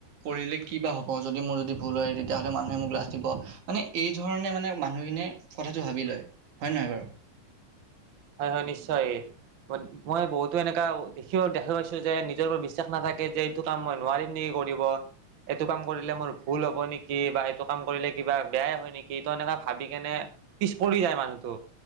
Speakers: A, on the right; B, on the right.
A: কৰিলে কি বা হ'ব যদি মোৰ যদি ভুল হয় তেতিয়া। কাণে মানুহে মোক লাাজ দিব মানে এই ধৰণে মানে। নাই মানুহ খিনিয়ে কঠাতো ভাবি লয় হয় নহয় বাৰু।
B: হয় হয় নিশ্চয়। মই বহুতো এনেকা দেখি দেখা পাইছোঁ। যে নিজৰ ওপৰত বিশ্বাস নাথাকে যে এইটো কাম মই নোৱাৰিম নেকি। কৰিব। এইটো কাম কৰিলে মোৰ ভুল হ'ব নেকি? বা এইটো কাম কৰিলে কিবা বেয়াই হয় নেকিটো এনেকুৱা ভাবি কেনে পিছ পৰি যায় মানুহটো।